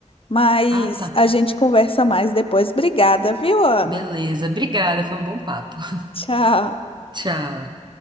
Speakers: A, on the left; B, on the right.
A: mas
B: Ah, tá.
A: a gente conversa mais depois. Obrigada, viu, Ana?
B: Beleza. Obrigada, foi um bom papo. <laughs>
A: Tchau.
B: Tchau.